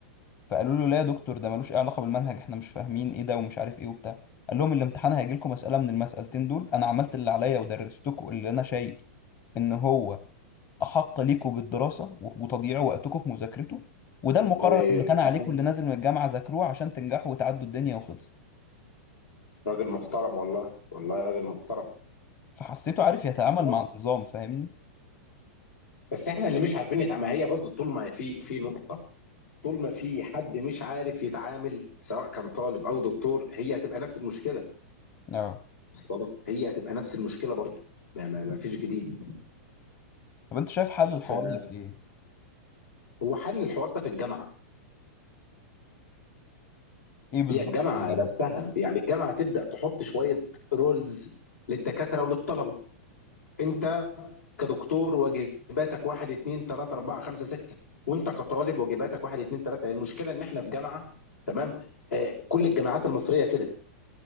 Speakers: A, on the left; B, on the left.
A: فقالوا له لا يا دكتور ده ملوش أي علاقة بالمنهج احنا مش فاهمين إيه ده ومش عارف إيه وبتاع قال لهم الامتحان هيجي لكم مسألة من المسألتين دول أنا عملت اللي عليا ودرستكم اللي أنا شايف إن هو أحق ليكم بالدراسة و- وتضييع وقتكم في مذاكرته وده
B: والله
A: المقرر اللي كان
B: بصراحة
A: عليكم اللي نازل من الجامعة ذاكروه عشان تنجحوا وتعدوا الدنيا وخلص
B: راجل محترم والله والله راجل محترم
A: فحسيته عارف يتعامل
B: بصراحة.
A: مع النظام فاهمني؟
B: بس احنا اللي مش عارفين نتعامل ما هي برضه طول ما في في نقطه طول ما في حد مش عارف يتعامل سواء كان طالب او دكتور هي هتبقى نفس المشكله
A: اه
B: وصل لك؟ هي هتبقى نفس المشكله برضه ما, ما ما فيش جديد
A: طب أنت شايف حل الحوار
B: فهو
A: ده في إيه؟
B: حل الحوار ده في الجامعه
A: إيه بالظبط
B: هي الجامعه
A: في الجامعة؟
B: نفسها يعني الجامعه تبدا تحط شويه رولز للدكاتره وللطلبه انت كدكتور واجباتك واحد اتنين تلاته اربعه خمسه سته وانت كطالب واجباتك واحد اتنين تلاته يعني المشكله ان احنا في جامعه تمام آه، كل الجامعات المصريه كده